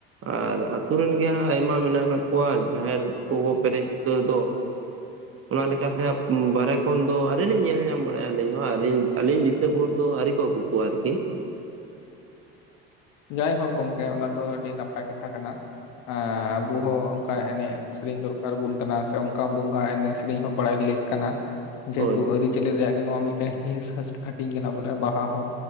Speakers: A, on the right (about 45°); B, on the left (about 65°).
A: ᱟᱨ ᱟᱛᱩᱨ ᱨᱮᱱ ᱜᱮ ᱟᱭᱢᱟ ᱢᱮᱱᱟᱜ ᱟᱠᱟᱫ ᱠᱚᱣᱟ, ᱡᱟᱦᱮᱨ ᱠᱚ ᱯᱮᱨᱮᱡ ᱩᱛᱟᱹᱨ ᱫᱚ ᱚᱱᱟ ᱞᱮᱠᱟᱛᱮ ᱵᱟᱨᱦᱮ ᱠᱷᱚᱱ ᱫᱚ ᱟᱹ ᱞᱤᱧ ᱧᱮᱞ ᱧᱟᱢ ᱵᱟᱲᱟᱭᱟ ᱟᱹᱞᱤᱧ ᱦᱚᱸ ᱟᱹᱞᱤ ᱟᱹᱞᱤᱧ ᱵᱷᱳᱨ ᱫᱚ ᱟᱹᱣᱨᱤ ᱠᱚ ᱟᱹᱜᱩ ᱠᱚᱣᱟ ᱟᱨᱠᱤ᱾
B: ᱡᱟᱭᱦᱚᱠ ᱜᱚᱢᱠᱮ ᱚᱱᱟ ᱫᱚ ᱟᱹᱰᱤ ᱱᱟᱯᱟᱭ ᱠᱟᱛᱷᱟ ᱠᱟᱱᱟ᱾ ᱮᱸᱻᱟᱵᱚ ᱦᱚᱸ ᱚᱱᱠᱟ ᱮᱱᱮᱡ ᱥᱮᱨᱮᱧ ᱫᱚᱨᱠᱟᱨᱵᱚᱱ ᱠᱟᱱᱟ, ᱥᱮ ᱚᱱᱠᱟ ᱵᱚᱸᱜᱟ ᱮᱱᱮᱡ ᱥᱮᱨᱮᱧ ᱦᱚᱸ ᱵᱟᱲᱟᱭ ᱞᱮ ᱠᱟᱱᱟ, ᱡᱮᱦᱮᱛᱩ
A: ᱦᱳᱭ
B: ᱟᱹᱨᱤ ᱟᱹᱨᱤᱪᱟᱹᱞᱤ ᱨᱮᱭᱟᱜ ᱜᱮ ᱱᱚᱣᱟ ᱢᱤᱫᱴᱮᱱ ᱦᱤᱸᱥ ᱦᱟᱹᱴᱤᱧ ᱠᱟᱱᱟ ᱵᱚᱞᱮ ᱵᱟᱦᱟ ᱦᱚᱸ